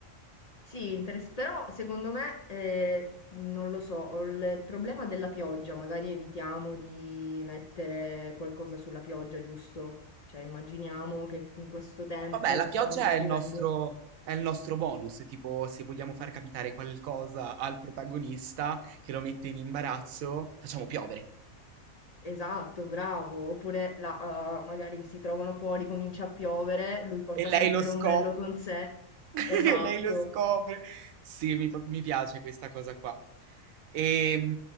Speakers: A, on the left (about 60°); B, on the right (about 85°).
A: Sì, interes però secondo me, ehm, non lo so, ho il il problema della pioggia, magari evitiamo di mettere qualcosa sulla pioggia, giusto? Cioè immaginiamo che in questo tempo
B: Vabbè, la
A: che
B: pioggia
A: stiamo descrivendo...
B: è il nostro, è il nostro bonus, tipo se vogliamo far capitare qualcosa al protagonista che lo mette in imbarazzo, facciamo piovere.
A: Esatto, bravo. Oppure la, eh, magari che si trovano fuori, comincia a piovere, lui porta
B: E lei
A: sempre
B: lo scopre.
A: l'ombrello con sé.
B: <laughs>
A: Esatto.
B: E lei lo scopre. Sì, mi, pa- mi piace questa cosa qua. E,